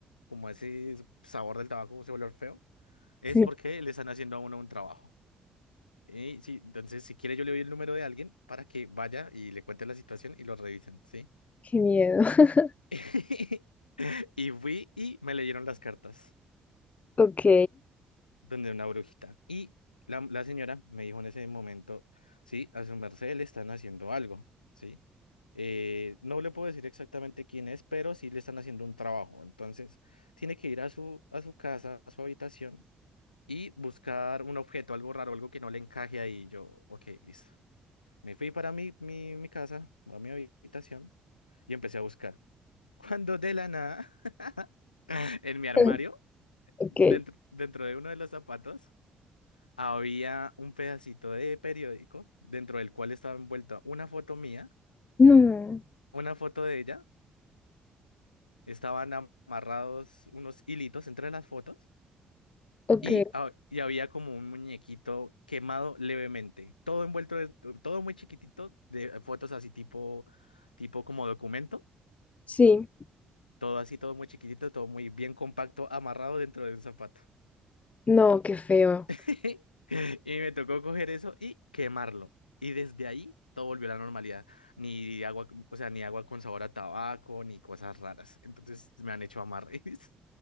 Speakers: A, on the left; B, on the left.
A: como ese sabor del tabaco, ese olor feo, es
B: Sí,
A: porque le están haciendo a uno un trabajo. Y sí, entonces si quiere yo le doy el número de alguien para que vaya y le cuente la situación y lo revisen, ¿sí?
B: qué miedo. <laughs>
A: <laughs> Y fui y me leyeron las cartas.
B: Ok.
A: donde una brujita. Y la, la señora me dijo en ese momento, sí, a su merced le están haciendo algo, ¿sí? Eh, no le puedo decir exactamente quién es, pero sí le están haciendo un trabajo. Entonces, tiene que ir a su, a su casa, a su habitación y buscar un objeto, algo raro, algo que no le encaje ahí. Yo, ok, listo. Me fui para mi, mi, mi casa, a mi habitación, y empecé a buscar. <laughs> Cuando de la nada, <laughs> en mi armario,
B: <laughs> Ok.
A: dentro, dentro de uno de los zapatos, había un pedacito de periódico dentro del cual estaba envuelta una foto mía,
B: No.
A: una foto de ella, estaban amarrados unos hilitos entre las fotos
B: Ok.
A: y, ha- y había como un muñequito quemado levemente, todo envuelto, de- todo muy chiquitito, de fotos así tipo, tipo como documento,
B: Sí.
A: todo así, todo muy chiquitito, todo muy bien compacto, amarrado dentro de un zapato.
B: No, qué feo.
A: <laughs> Y me tocó coger eso y quemarlo. Y desde ahí todo volvió a la normalidad. Ni agua, o sea, ni agua con sabor a tabaco, ni cosas raras. Entonces me han hecho amarres